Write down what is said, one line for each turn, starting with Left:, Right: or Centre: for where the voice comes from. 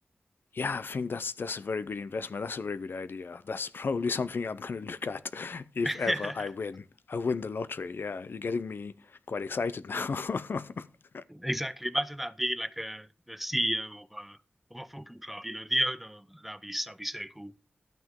Left: yeah, I think that's that's a very good investment. That's a very good idea. That's <laughs> probably something I'm going to look at <laughs> if
Centre: <laughs>
Left: ever I win. I win the lottery. Yeah, you're getting me quite excited now. <laughs>
Centre: Exactly. Imagine that being like a the CEO of a of a football club. You know, the owner. That'd be that'd be so cool.